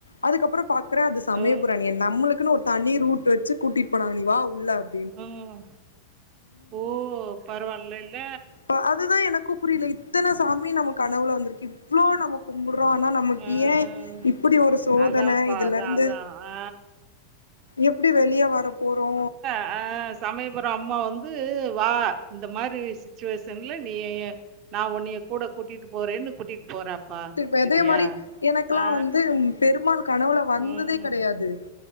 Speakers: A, on the left (about 75°); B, on the right (about 40°).
A: அதுக்கப்றொ பாக் க்ற அது சமயபுற
B: ஓ!
A: நீ என் நம்மளுக்குன் ஒரு தனி ரூட் வெச்சு கூட்டிட் போனாங்க நீ வா உள்ள அப்
B: ம் ஓ பரவால்ல இல்ல
A: பா அதுதா எனக்கு புரில இத்தன சாமி நம்ம கனவுல வந்திருக்கு இவ்ளோ நமக் கும்படுறோ அனா நமக்கு
B: ஆ.
A: ஏ
B: ஆ.
A: இப்படி ஒரு சோதன
B: அதான்ப்பா
A: இதுலருந்து
B: அதான் அதான் ஆ
A: எப்படி வெளிய வர போறோ
B: அ சமயபுற அம்மா வந்து வா இந்த மாரி சிச்சுவேஷன்ல நீ நா உன்னிய கூட கூட்டிட்டு போறேன்னு கூட்டிட்டு போறாப்பா
A: வெதையமாரி
B: சரியா?
A: எனக்கலா
B: ஆ
A: வந்து பெருமாள் கனவுல வந்ததே
B: ம்
A: கெடையாது